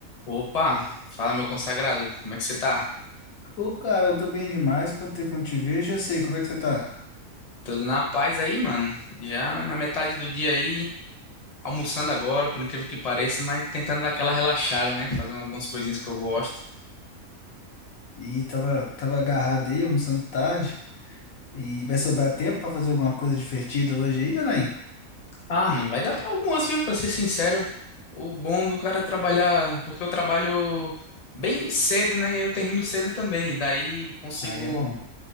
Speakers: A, on the left (about 35°); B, on the left (about 75°).
A: Opa, fala meu consagrado, como é que você tá?
B: Ô, cara, eu tô bem demais. Quanto tempo eu não te vejo? Já sei, como é que você tá?
A: Tudo na paz aí, mano? Já na metade do dia aí, almoçando agora, por incrível que pareça, mas tentando dar aquela relaxada, né? Fazendo algumas coisinhas que eu gosto.
B: E tava, tava agarrado aí, almoçando tarde. E vai sobrar tempo pra fazer alguma coisa divertida hoje aí, ou nem?
A: Ah, mano, vai dar pra algumas, viu? Pra ser sincero, o bom do cara é trabalhar, porque eu trabalho bem cedo, né? E aí eu termino cedo também, daí consigo
B: Aí é bom.
A: ir